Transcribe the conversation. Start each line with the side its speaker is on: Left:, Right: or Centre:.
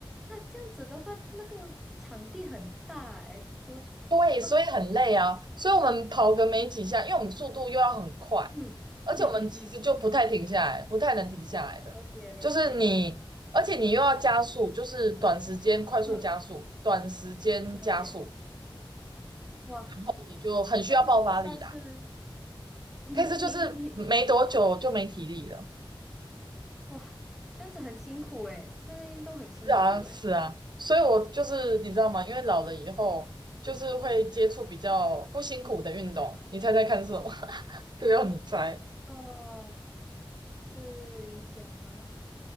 Centre: 那这样子的话，它那个场地很大哎，桌球都，
Right: 对，所以很累啊。所以我们跑个没几下，因为我们速度又要很快，
Centre: 嗯嗯嗯嗯，
Right: 而且我们其实就不太停下来，不太能停下来的。
Centre: 了解了解
Right: 就是你，而且你又要加速，就是短时间快速加速，
Centre: 嗯，
Right: 短时间加速，
Centre: 了解，哇，
Right: 然后你就很需要爆发力啦。
Centre: 这样子你算是你你你，
Right: 但是就是没多久就没体力了。
Centre: 哇，这样子很辛苦哎，那个运动很辛苦哎，
Right: 是啊，是啊。所以我就是你知道吗？因为老了以后，就是会接触比较不辛苦的运动。你猜猜看是什么？<laughs> 又要你猜。
Centre: 哦，是瑜伽吗？